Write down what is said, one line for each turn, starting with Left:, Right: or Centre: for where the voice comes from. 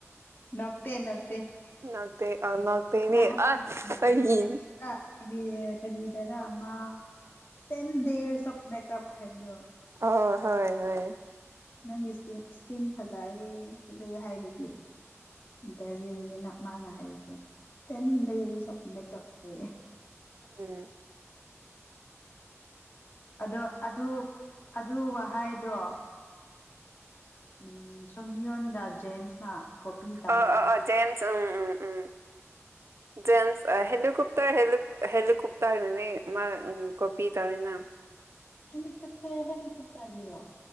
Left: ꯅꯣꯛꯇꯦ ꯅꯣꯛꯇꯦ
Right: <unintelligible>
Left: ꯅꯍꯥꯟ ꯀꯔꯤꯔ ꯀꯔꯤ ꯀꯔꯤꯗꯔꯥ ꯑꯃ ten days of make up ꯍꯥꯏꯕꯗꯣ
Right: ꯑꯣ ꯍꯣꯏ ꯍꯣꯏ
Left: ꯅꯪꯒꯤ ꯏꯁꯀꯤꯟ ꯐꯖꯩꯌꯦ ꯈꯨꯠꯂꯦ ꯍꯥꯏꯕꯒꯤ ꯏꯟꯇꯔꯚꯤꯌꯨꯗꯨꯅꯤꯅ ꯃꯥꯅ ꯍꯥꯏꯔꯤꯁꯦ ꯇꯦꯟ ꯗꯦꯖ ꯑꯣꯐ ꯃꯦꯀꯞ ꯍꯥꯏꯌꯦ
Right: ꯎꯝ
Left: ꯑꯗꯣ ꯑꯗꯨ ꯑꯗꯨ ꯋꯥꯍꯩꯗꯣ ꯑ ꯎꯝ ꯁꯣꯡꯅꯤꯌꯣꯟꯒ ꯖꯦꯝꯁꯅ ꯀꯣꯄꯤ ꯇꯧꯕ
Right: ꯑ ꯑ ꯑ ꯖꯦꯝꯁ ꯎꯝ ꯎꯝ ꯎꯝ
Left: <inaudible>
Right: ꯖꯦꯟꯁ ꯑ ꯍꯦꯂꯤꯀꯨꯞꯇꯔ ꯍꯂꯤ ꯍꯦꯂꯤꯀꯨꯞꯇꯥꯔꯅꯅꯦ ꯃꯥ ꯀꯣꯄꯤ ꯇꯧꯔꯤꯅꯤꯅ
Left: ꯍꯦꯂꯤꯀꯣꯞꯇꯔ ꯍꯦꯂꯤꯀꯣꯞꯇꯔꯗꯨꯔꯣ